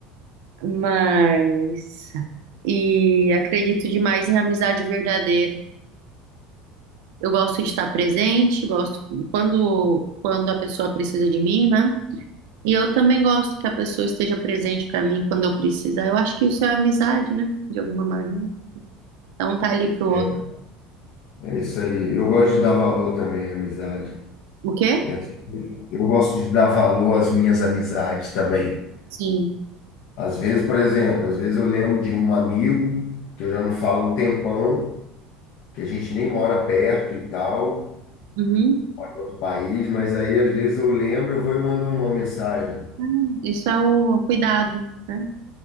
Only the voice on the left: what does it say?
É,
é isso aí. Eu gosto de dar valor também à amizade.
E assim, eu gosto de dar valor às minhas amizades também.
Às vezes, por exemplo, às vezes eu lembro de um amigo que eu já não falo um tempão, que a gente nem mora perto e tal,
mora em outro país, mas aí às vezes eu lembro, eu vou e mando uma mensagem.